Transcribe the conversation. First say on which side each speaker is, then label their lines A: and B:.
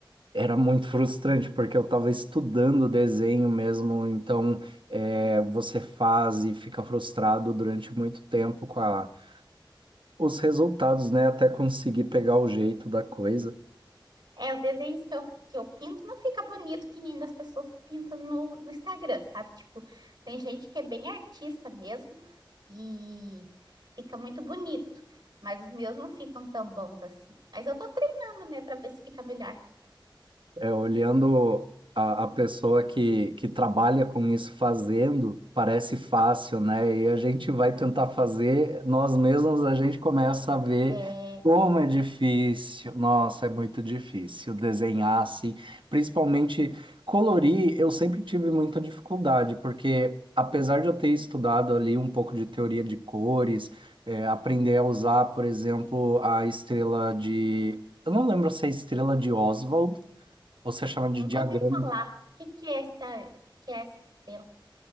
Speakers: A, on the right (about 70°); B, on the right (about 55°).
A: era muito <laughs> frustrante porque eu estava estudando desenho mesmo, então é, você faz e fica frustrado durante muito tempo com a os resultados, né? Até conseguir pegar o jeito da coisa.
B: É, os desenhos que eu, que eu pinto não fica bonito que nem das pessoas que pintam no, no Instagram, sabe? Tipo, tem gente que é bem artista mesmo e fica muito bonito, mas os meus não ficam tão bons assim. Mas eu tô treinando, né, pra ver se fica melhor.
A: É, olhando a, a pessoa que, que trabalha com isso fazendo, parece fácil, né? E a gente vai tentar fazer, nós mesmos, a gente começa a ver
B: É,
A: como
B: é.
A: é difícil. Nossa, é muito difícil desenhar assim, principalmente colorir. Eu sempre tive muita dificuldade, porque apesar de eu ter estudado ali um pouco de teoria de cores, é, aprender a usar, por exemplo, a estrela de. Eu não lembro se é a estrela de Oswald você chama de
B: Nunca
A: diagrama.
B: ouvi falar. O que que é essa, o que que é essa estrela?